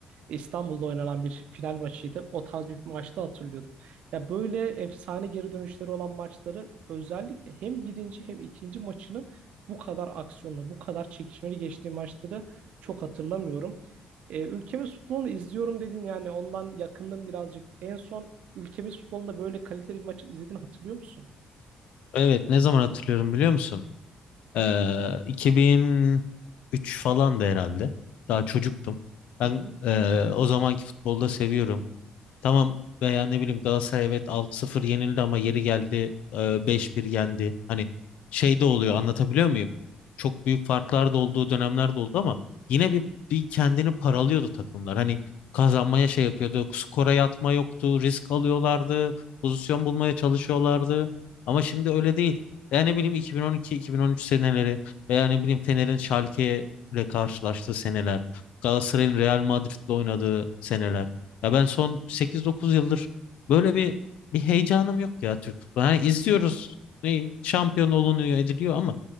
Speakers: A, on the right (about 75°); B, on the left (about 90°).
A: İstanbul'da oynanan bir final maçıydı. O tarz bir maçta hatırlıyordum. Ya böyle efsane geri dönüşleri olan maçları özellikle hem birinci hem ikinci maçının bu kadar aksiyonla, bu kadar çekişmeli geçtiği maçları çok hatırlamıyorum. E, ülkemiz futbolunu izliyorum dedin yani ondan yakındım birazcık. En son ülkemiz futbolunda böyle kaliteli bir maçı izlediğini hatırlıyor musun?
B: Evet ne zaman hatırlıyorum biliyor musun? Ee, 2003 falan da herhalde. Daha çocuktum. Ben
A: Hı hı.
B: ee, o zamanki futbolda seviyorum. Tamam veya ne bileyim Galatasaray evet 6 sıfır yenildi ama yeri geldi e, 5-1 yendi. Hani şey de oluyor anlatabiliyor muyum? Çok büyük farklar da olduğu dönemler de oldu ama yine bir, bir kendini paralıyordu takımlar. Hani kazanmaya şey yapıyordu. Skora yatma yoktu. Risk alıyorlardı. Pozisyon bulmaya çalışıyorlardı. Ama şimdi öyle değil. Yani ne bileyim 2012-2013 seneleri veya ne bileyim Fener'in Schalke ile karşılaştığı seneler. Galatasaray'ın Real Madrid'le oynadığı seneler. Ya ben son sekiz dokuz yıldır böyle bir bir heyecanım yok ya Türk futbolu. Hani izliyoruz. Ne, şampiyon olunuyor ediliyor ama